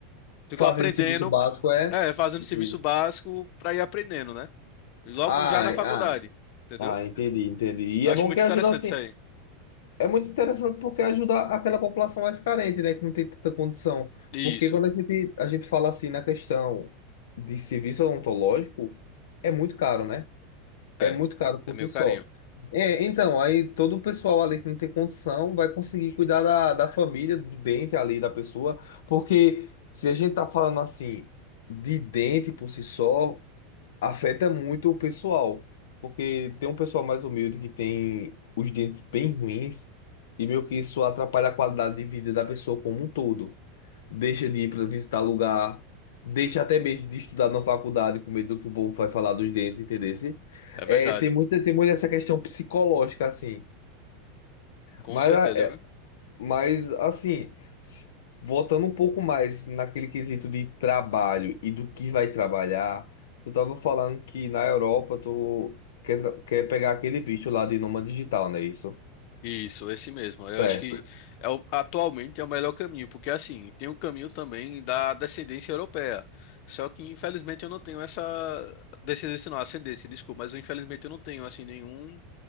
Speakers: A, on the left (about 50°); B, on the left (about 80°).
A: ficam
B: fazendo
A: aprendendo,
B: serviço básico, é.
A: é, fazendo
B: Uhum.
A: serviço básico para ir aprendendo, né? E Logo
B: Ah,
A: já na faculdade,
B: ah.
A: entendeu?
B: Ah, entendi, entendi.
A: Eu
B: E é
A: acho
B: bom
A: muito
B: que ajuda
A: interessante
B: assim.
A: isso aí.
B: É muito interessante porque ajuda aquela população mais carente, né, que não tem tanta condição.
A: Isso,
B: Porque quando a gente, a gente fala assim na questão de serviço odontológico, é muito caro, né? É
A: é.
B: muito caro por
A: É meio
B: si só.
A: carinho.
B: É, então, aí todo o pessoal ali que não tem condição vai conseguir cuidar da, da família, do dente ali da pessoa, porque se a gente tá falando assim de dente por si só, afeta muito o pessoal, porque tem um pessoal mais humilde que tem os dentes bem ruins e meio que isso atrapalha a qualidade de vida da pessoa como um todo. Deixa de ir para visitar lugar, deixa até mesmo de estudar na faculdade com medo do que o povo vai falar dos dentes, entendeu?
A: É verdade.
B: É, tem muita, tem muita essa questão psicológica assim.
A: Com
B: Mas
A: certeza,
B: ah,
A: viu?
B: mas, assim, s- voltando um pouco mais naquele quesito de trabalho e do que vai trabalhar, tu tava falando que na Europa tu quer, tra- quer pegar aquele visto lá de nômade digital, não é isso?
A: Isso, esse mesmo. Eu
B: Certo.
A: acho que é o- atualmente é o melhor caminho, porque assim, tem o caminho também da descendência europeia. Só que infelizmente eu não tenho essa descendência, não, ascendência, desculpa, mas infelizmente eu não tenho assim nenhum